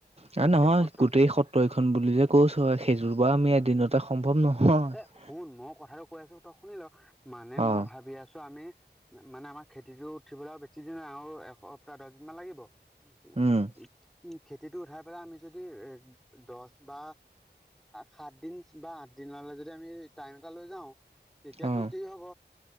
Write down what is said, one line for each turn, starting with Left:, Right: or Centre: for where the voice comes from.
Right: অহ
Centre: গোটেই
Right: নহয়
Centre: সত্ৰ
Right: গোটেই সত্ৰইখন বুলি যে কওঁছো সেইযোৰ পৰা আমি এদিনতে - সম্ভৱ নহয়।
Centre: এ শুন মই কথাটো কৈ আছো তই শুনি ল মানে মই
Right: অ
Centre: ভাবি আছো আমি- মানে আমাৰ খেতিটো উঠিবলৈ আৰু বেছি দিন নাই আৰু এশৰ পৰা দহ দিনমান লাগিব। উ উ
Right: উম
Centre: উ উম। খেতিটো উঠাই পেলাই আমি যদি দহ বা, সাত দিন বা আঠ- দিনলে যদি আমি টাইম এটা লৈ যাওঁ, তেতিয়াতটো
Right: অ
Centre: কি হব?